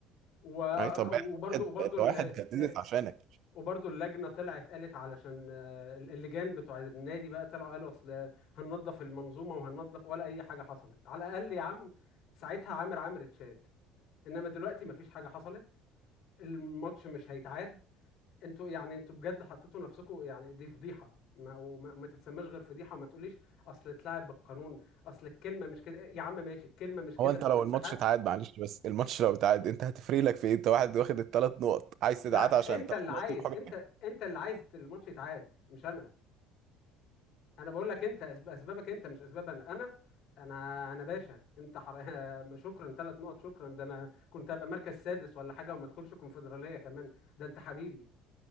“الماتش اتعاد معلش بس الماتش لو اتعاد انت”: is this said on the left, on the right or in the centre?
Right